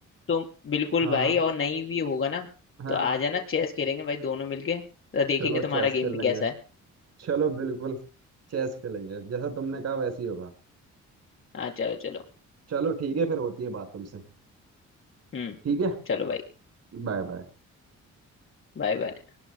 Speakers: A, on the left; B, on the right.
A: तुम बिल्कुल
B: हाँ
A: भाई और नहीं भी होगा ना
B: हाँ
A: तो आ जाना चेस खेलेंगे भाई दोनों मिलके तो देखेंगे
B: चलो
A: तुम्हारा
B: चेस
A: गेम
B: खेल
A: भी
B: लेंगे
A: कैसा है
B: चलो बिल्कुल चेस खेलेंगे जैसा तुमने कहा वैसे ही होगा
A: हाँ चलो चलो
B: चलो ठीक है फिर होती है बात तुमसे
A: हम्म
B: ठीक है
A: चलो भाई
B: Bye bye
A: Bye bye